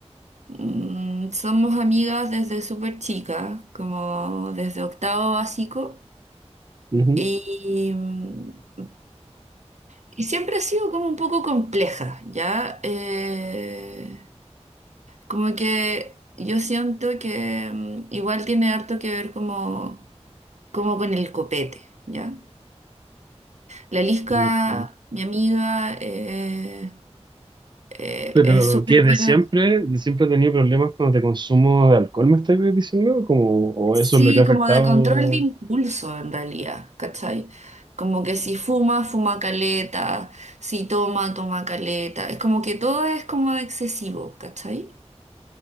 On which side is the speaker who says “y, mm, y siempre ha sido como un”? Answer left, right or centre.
Right